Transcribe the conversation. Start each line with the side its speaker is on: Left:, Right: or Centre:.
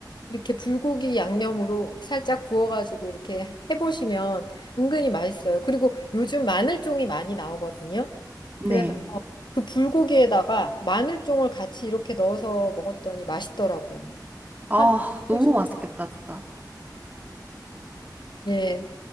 Left: 이렇게 불고기 양념으로 살짝 구워가지고 이렇게 해보시면 은근히 맛있어요. 그리고 요즘 마늘종이 많이 나오거든요.
Right: 네.
Left: 그래서 그 불고기에다가 마늘종을 같이 이렇게 넣어서 먹었더니 맛있더라고요.
Right: 아,
Left: 한번 해보시면
Right: 너무 맛있겠다,
Left: 돼요.
Right: 진짜.
Left: 예.